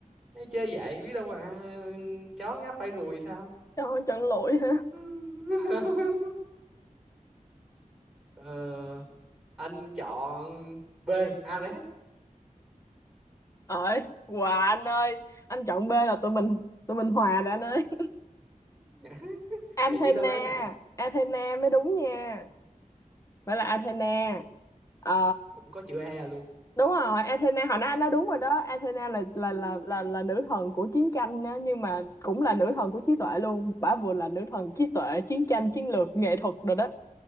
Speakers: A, in the centre; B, on the left.
A: Ê, chơi vậy biết đâu à, chó ngáp phải ruồi sao
B: cho không chọn lụi hả?
A: <laughs> ờ, anh chọn B Ares
B: Ơi, quà anh ơi, anh chọn B là tụi mình tụi mình hòa rồi anh ơi. <laughs>
A: <laughs>
B: Athena,
A: vậy chứ đáp án nào
B: Athena mới đúng nha. Phải là Athena. Ờ,
A: cũng có chữ A luôn
B: đúng rồi, Athena hồi nãy anh nói đúng rồi đó. Athena là là
A: <laughs>
B: là là, là nữ thần của chiến tranh á, nhưng mà cũng là nữ thần của trí tuệ luôn. Bả vừa là nữ thần trí tuệ, chiến tranh, chiến lược, nghệ thuật rồi đó.